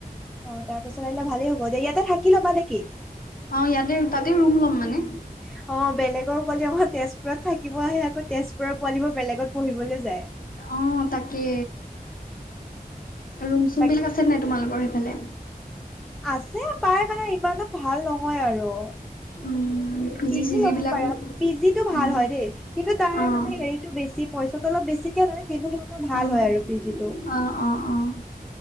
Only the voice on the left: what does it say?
অ', ইয়াতে, তাতে ৰুম ল'ম মানে।
অ', তাকে। ৰুম- চুম
বিলাক আছে নাই তোমালোকৰ সেইফালে?
উ, পিজি-চিজি
বিলাকো
অ',
অ',
অ',
অ', অ', অ'।